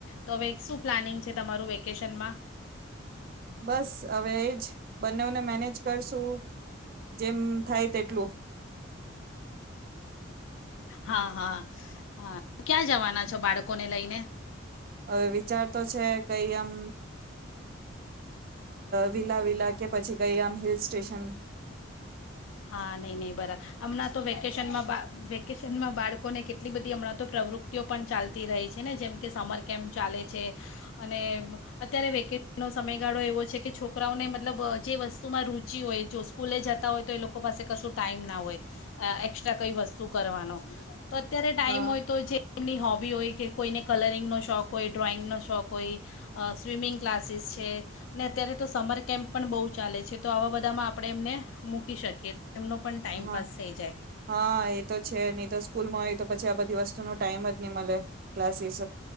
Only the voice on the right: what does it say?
બસ અવે બનેવ ને મેનેજ કરશું, જેમ થાય તેટલું.
હવે વિચાર તો છે કઈ આમ વિલા વિલા કે પછી કાઈ આમ હિલ સ્ટેશન.
હા
હા
હા એ તો છે ની તો સ્કૂલ માં હોય તો પછી આ બધી વસ્તુ ટાઈમ જ નઈ મળે, ક્લાસીસ